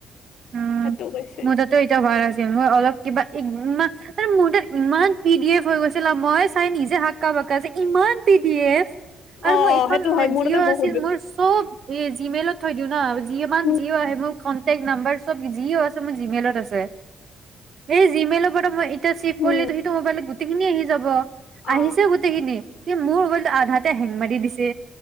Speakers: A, on the right; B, on the left.
A: উম,
B: সেইটো কৈছে
A: মোৰ তাতটো এতিয়া ভৰা <unintelligible> আছিল। মোৰ অলপ কিবা <unintelligible> আৰু মোৰ তাত ইমান পি ডি এফ হৈ গৈছিল ন, ‌মই চাই নিজে হাক্কা-বাক্কা যে ইমান পি ডি এফ আৰু
B: অ
A: মোৰ
B: অ
A: এইখন
B: সেইটো হয় মোৰ
A: জিঅ'
B: তাতে
A: আছিল
B: বহুত
A: মোৰ চব এই জিমেইলত থৈ দিওঁ না, যিমান
B: উম
A: যিও' আহে মোৰ কন্টেক্ট নাম্বাৰ চব যিও আছে মোৰ জিমেইলত আছে। সেই জিমেইলৰ পৰা মই তে চিফ
B: হম
A: কৰিলেতো সিটো মোবাইলত গোট গোটেইখিনি আহি যাব
B: অ
A: আহিছেই গোটেই খিনি, কি মোৰ ম'বাইলতো আধাতে হেং মাৰি দি দিছে